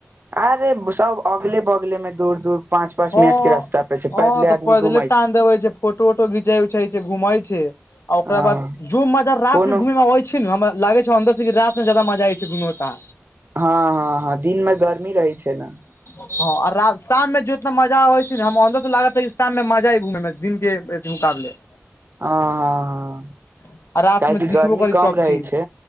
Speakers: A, on the right (about 45°); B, on the left (about 65°).
A: अरे सब अगले बगले में दूर दूर पाँच पाँच
B: हँ
A: मिनट के रास्ता पे छै
B: हँ
A: पदले
B: तऽ
A: आदमी
B: पैदले
A: घुमा
B: टान देबै छै फोटो उटो घिचै उचै छै घूमै छै आ ओकरा
A: हँ
B: बाद जो मजा रात
A: कोनो
B: मे घूमे मे आबै छै ने हमरा लागे छै अर से र जादा मजाइ छै घुमो त
A: हँ हँ हँ दिनमे गर्मी रहैत छै ने
B: हँ शाम मे जो उतना मजा आबै छै ने हम अन्दर त लागत शाम मे मजा ह घूम मे दिन के हले
A: हँ हँ हँ
B: आ रात
A: काहकि
B: मे दिखबो
A: गर्मी
B: करी
A: कम
B: सब
A: रहै
B: चीज
A: छै